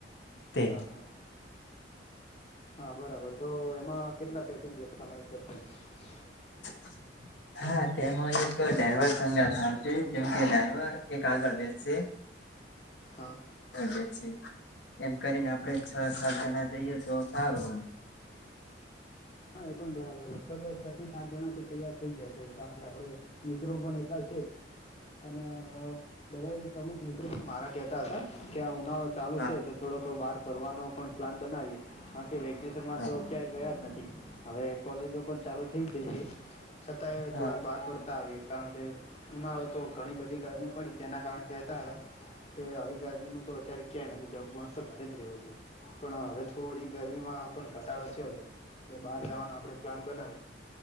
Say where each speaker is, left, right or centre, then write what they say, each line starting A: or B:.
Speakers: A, on the left; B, on the left.
A: તે
B: હા હા હા બરાબર તો એમાં કેટલા પેસેન્જર સમાય <unintelligible>
A: <inaudible> હા તેમાં એક ડ્રાઈવર સંગાથ આવશે જેમકે ડ્રાઈવર એક આગળ બેસશે
B: હા
A: બેસી <unintelligible> એમ કરીને આપણે છ સાત જણા જઈએ <unintelligible> સારું હોય. <inaudible>
B: એ પણ બરાબર લગભગ છ થી સાત જણા તો તૈયાર થઈ જશે કારણ કે આપડ મિત્રો પણ એટલા છે. અને બધા એક અમુક મિત્રો મારા કેહેતા હતા કે આ ઉનાળો ચાલુ
A: હા
B: છે, તો થોડોક બાર. કરવાનો પણ પ્લાન બનાવીએ કારણ કે વેકેશનમાં
A: હા
B: તો ક્યાંય ગયા જ નથી. હવે કોલેજો પણ ચાલુ થઈ જ જઈ છે, છતાંય
A: હા
B: થોડાક બહાર ફરતા આવ કારણ કે ઉનાળો તો ઘણી બધી ગરમી પડી તેના કારણે કહેતા હતા. કે આવી ગરમી નું તો અત્યારે ક્યાંય નથી જણ તો ઘરે જ રહેવું છે, પણ હવે થોડી ગરમીમાં પણ ઘટાડો છેયો છે એટલે બહાર જવાનો આપણે પ્લાન બના